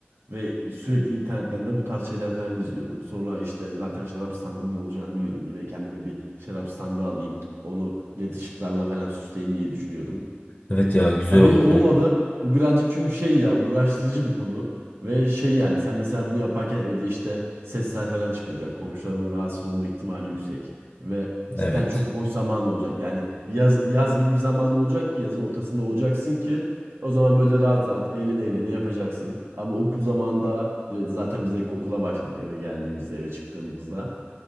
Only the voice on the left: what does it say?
Evet ya güzel
olurdu.
Evet.